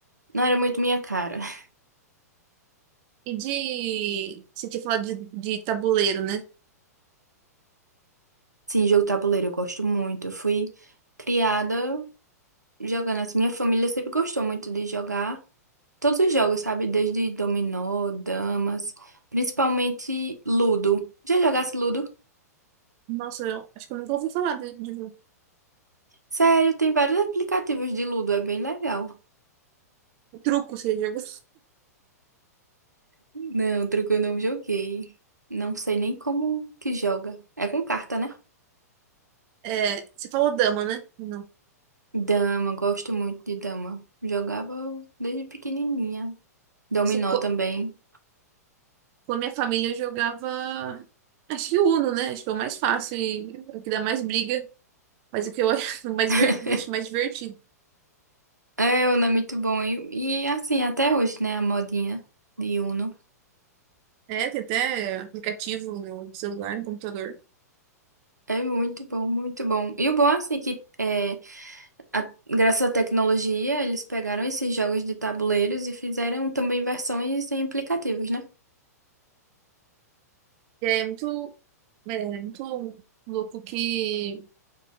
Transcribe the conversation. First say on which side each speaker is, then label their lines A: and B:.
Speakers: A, on the right; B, on the right.
A: não era muito minha cara. <laughs>
B: E de. Você tinha falado de, de tabuleiro, né?
A: Sim, jogo tabuleiro eu gosto muito. Eu fui criada jogando assim. Minha família sempre gostou muito de jogar todos os jogos, sabe? Desde dominó, damas, principalmente Ludo. Já jogasse Ludo?
B: Nossa, eu acho que eu nunca ouvi falar de, de
A: Sério, tem vários aplicativos de Ludo, é bem legal.
B: truco, você jogou.
A: Não, truco eu não joguei. Não sei nem como que joga. É com carta, né?
B: É, você falou dama, né? Não.
A: Dama, gosto muito de dama. Jogava desde pequenininha. Dominó
B: Isso co-
A: também.
B: Com a minha família eu jogava. Acho que Uno, né? Acho que é o mais fácil e é o que dá mais briga, mas o que eu <laughs> acho mais,
A: <laughs>
B: ver- acho mais divertido.
A: É, Uno é muito bom. E, e, assim, até hoje, né? A modinha de Uno.
B: É, tem até aplicativo no celular, no computador.
A: É muito bom, muito bom. E o bom, é, assim, que é, a- graças à tecnologia, eles pegaram esses jogos de tabuleiros e fizeram também versões em aplicativos, né?
B: E aí é muito, é, muito louco que,